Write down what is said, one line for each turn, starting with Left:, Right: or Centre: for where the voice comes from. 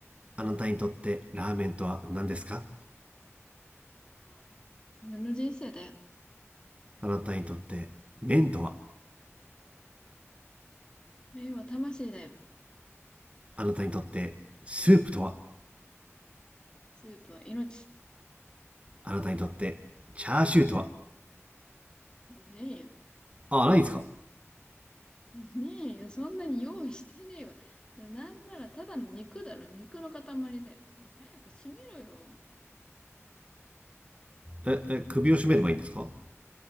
Right: あなたにとってラーメンとは何ですか
Left: あの人生だよ。
Right: あなたにとって麺とは
Left: 麺は魂だよ。
Right: あなたにとってスープとは
Left: スープは命。
Right: あなたにとってチャーシューとは
Left: もうねえよ。
Right: あ、ないんですか
Left: ねえよ。そんなに用意してねえわ。なんならただの肉だろ。肉の塊だよ。早く閉めろよ。
Right: え、え、首を絞めればいいんですか